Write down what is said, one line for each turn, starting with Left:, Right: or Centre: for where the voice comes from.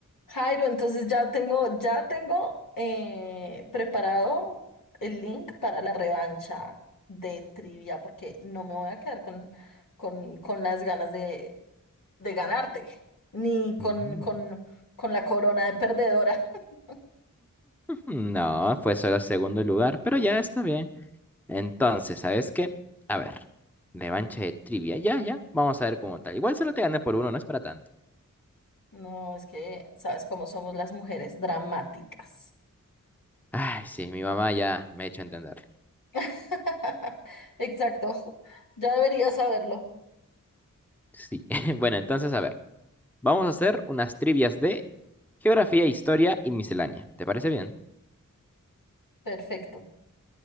Left: Jairo, entonces ya tengo, ya tengo eh, preparado el link para la revancha de trivia, porque no me voy a quedar con, con, con las ganas de, de ganarte, ni con,
Centre: Mm,
Left: con, con la corona de perdedora. <laughs>
Centre: No, fue solo segundo lugar, pero ya está bien. Entonces, ¿sabes qué? A ver, revancha de trivia. Ya, ya, vamos a ver cómo tal. Igual solo te gané por uno, no es para tanto.
Left: No, es que sabes cómo somos las mujeres, dramáticas.
Centre: Ay, sí, mi mamá ya me ha hecho entender.
Left: <laughs> Exacto, ya debería saberlo.
Centre: Sí. <laughs> Bueno, entonces, a ver, vamos a hacer unas trivias de geografía, historia y miscelánea. ¿Te parece bien?
Left: Perfecto.